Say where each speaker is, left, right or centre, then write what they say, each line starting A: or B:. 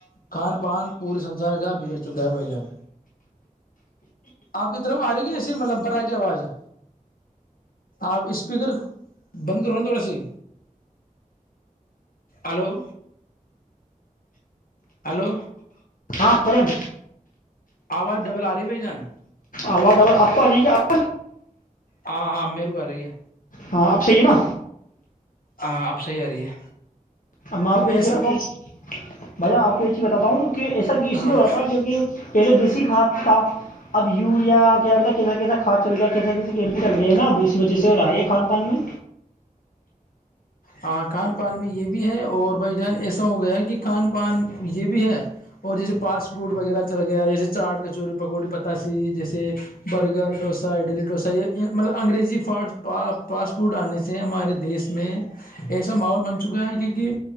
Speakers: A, on the left; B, on the left.
A: کھان پان پورے سنسار کا بگڑ چکا ہے بھائی جان آپ کی طرف آ رہی ہے ایسیے ملببر ہے کی آواز ہے آپ اسپیکر بند کرو ن تھوڑا سی ہلو ہلو
B: ہاں بن
A: آواز ڈبل آ رہی ہے بھائی جان
B: آوا ڈبل آپ ہاری کیا <inaudible>
A: ہاں ہاں میرو آ رہی ہے
B: ہاں آپ صی ہے نا
A: ہاں آب صحیح آ رہی ہے
B: ب میں
A: تو
B: آپ کو یہ
A: ایسا
B: چیز بت ہوں بھ آپ کو یہ چیز بتاتا ہوں کہ ایسا اس
A: ہاں
B: لیے ہو رہا تھا کیہ پہلے دیسی کا <inaudible> کاد تھا اب یوریا کہ رہتا کیسا کیسا کھاد چل گیا کیسا کیسے کیت چل گیا ہے نا اب اس وجہ سے اور رہئے ہے کھان پان میں
A: ہ کھان پان میں یہ بھی ہے اور بھائی جان ایسا ہو گیا کہ کھان پان یہ بھی ہے اور جیسے فاسٹ فوڈ وغیرہ چل گیا جیسے چاٹ کچوری پکوڑی پتاسی جیسے برگر ڈوسا اڈلی ڈوسا یہ مطلب انگریزی فاسٹا فاسٹ فوڈ آنے سے ہمارے دیس میں <unintelligible> ایسا ماحول بن چکا ہے کیونکہ